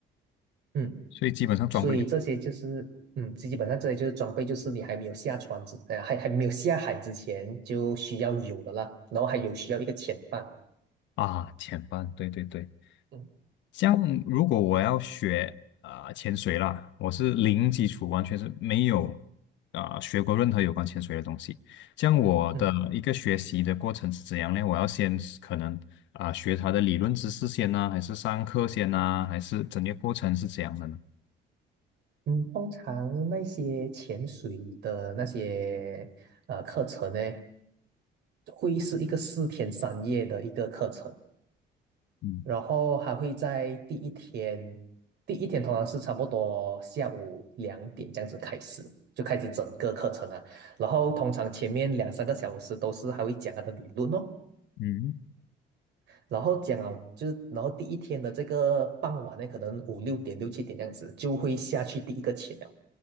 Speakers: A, on the right; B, on the left.
A: 嗯，
B: 所以基本上装备就
A: 所以这些就是嗯，基本上这些就是装备，就是你还没有下船之，呃，还还没有下海之前就需要有的啦，然后还有需要一个潜伴。
B: 啊，前半，对对对。
A: 嗯。
B: 像如果我要学啊、潜水啦，我是零基础，完全是没有啊、学过任何有关潜水的东西。像我的一个学习的过程是怎样呢？
A: 嗯
B: 我要先是可能啊、学它的理论知识先呢、还是上课先呢、还是整个过程是怎样的呢？
A: 嗯，通常那些潜水的那些呃课程呢，会是一个四天三夜的一个课程，
B: 嗯
A: 然后还会在第一天，第一天通常是差不多下午两点这样子开始，就开始整个课程了。然后通常前面两三个小时都是还会讲他的理论哦，
B: 嗯，
A: 然后讲了就是然后第一天的这个傍晚呢，可能五六点六七点这样子就会下去第一个潜了，